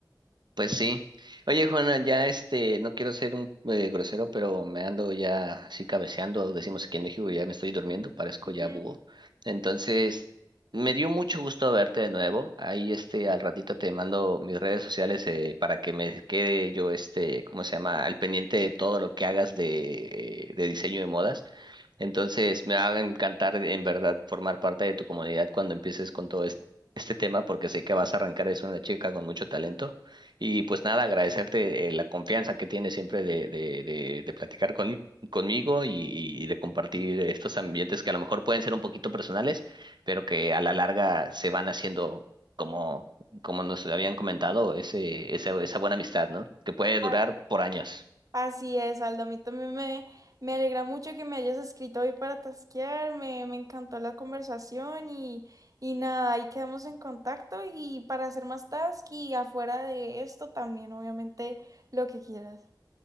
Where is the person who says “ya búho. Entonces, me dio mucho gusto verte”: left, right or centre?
Right